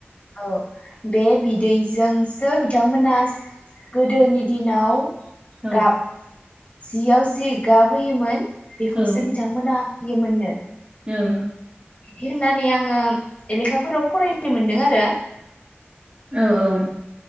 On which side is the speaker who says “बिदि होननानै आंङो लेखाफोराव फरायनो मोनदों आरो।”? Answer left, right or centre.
Left